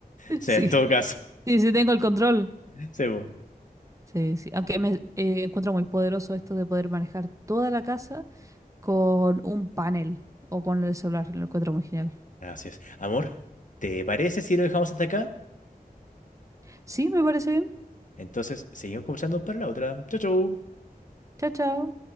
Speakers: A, on the right (about 20°); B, on the left (about 55°).
A: <laughs>
B: Sí,
A: Sí,
B: en todo caso,
A: sí, sí tengo el control.
B: <laughs> sí, po.
A: Sí, sí. Aunque me eh, encuentro muy poderoso esto de poder manejar toda la casa con un panel o con el celular. Lo encuentro muy genial.
B: Así es. Amor, ¿te parece si lo dejamos hasta acá?
A: Sí, me parece bien.
B: Entonces, seguimos conversando para la otra. Chau, chau.
A: Chao, chao.